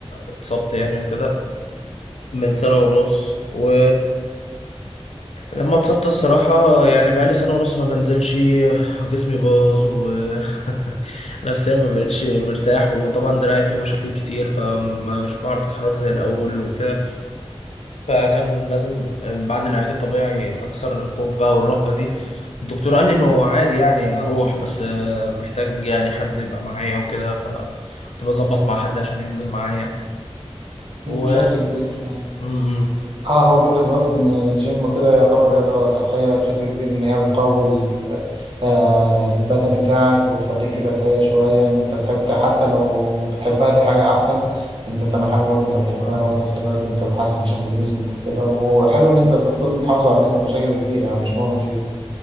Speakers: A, on the left; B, on the right.
A: اتصبت يعني وكده من سنة ونص و لما اتصبت الصراحة يعني بقالي سنة ونص ما بنزلش وجسمي باظ و <laughs> نفسيا ما بقتش مرتاح وطبعا دراعي فيه مشاكل كتير فما مش بعرف اتحرك زي الاول وكده فكان لازم بعد العلاج الطبيعي اكسر الخوف بقى والرهبة دي الدكتور قال لي انه عادي يعني اروح بس آه، محتاج يعني حد يبقى معايا وكده فكنت بظبط مع حد عشان ينزل معايا
B: مم،
A: و
B: بشكل كبير يعني
A: م-
B: اه هو فكرة برضه إن الجيم كده يعتبر رياضة صحية بشكل كبير إن هي بتقوي ال- آه، البدني بتاعك وبتخليك كده
A: م.
B: فايق شوية إن أنت بتحب حتى لو بتحبها دي حاجة أحسن إن أنت بتعمل حاجة برضه أنت بتحبها
A: اه
B: وفي نفس الوقت أنت بتحسن شكل جسمك كده وحلو إن أنت بتكون بتحافظ على جسمك بشكل كبير يعني مش مؤمن فيه